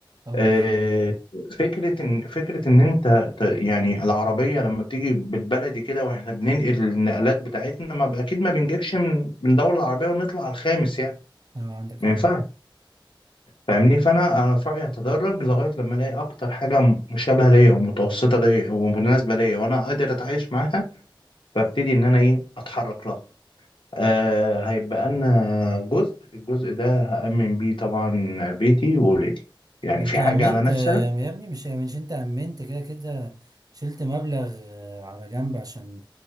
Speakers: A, on the right; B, on the left.
A: اه
B: آه
A: ليه
B: فكره ان فكره ان انت ت- يعني العربيه لما بتيجي بالبلدي كده واحنا بننقل النقلات بتاعتنا ما ب- اكيد ما بنجيبش من من دوله العربيه ونطلع على الخامس يعني
A: اه عندك
B: ما
A: حق
B: ينفعش فاهمني فانا انا في رايي اتدرج لغايه لما الاقي اكتر حاجه م- مشابهه ليا ومتوسطه ليا ومناسبه ليا وانا قادر اتعايش معاها فابتدي ان انا ايه اتحرك لها آه هيبقى لنا جزء الجزء ده هامن بيه طبعا بيتي واولادي يعني
A: ما انت
B: في
A: امنت
B: حاجه على نفسنا
A: آه، يا ابني مش مش انت امنت كده كده شلت مبلغ آه، على جنب عشان